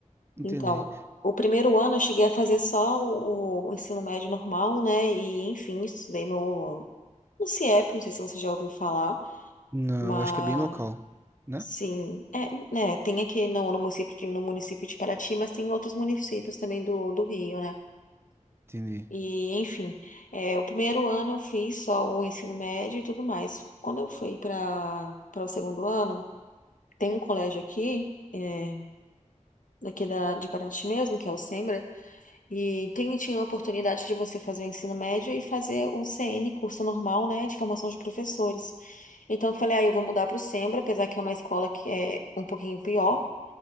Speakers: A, on the right; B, on the left.
A: Entendi.
B: Então, o primeiro ano eu cheguei a fazer só o, o ensino médio normal, né? E, enfim, estudei no, no CIEP, não sei se você já ouviu falar,
A: Não,
B: mas,
A: eu acho que é bem local, né?
B: sim, é, né? Tem aqui no, no município de, no município de Paraty, mas tem outros municípios também do, do Rio, né?
A: Entendi.
B: E, enfim, é, o primeiro ano eu fiz só o ensino médio e tudo mais. Quando eu fui para para o segundo ano, tem um colégio aqui, é, daqui da, de Paraty mesmo, que é o Sembra, e tem, tinha a oportunidade de você fazer o ensino médio e fazer o CN, curso normal, né, de formação de professores. Então eu falei, aí eu vou mudar para o Sembra, apesar que é uma escola que é um pouquinho pior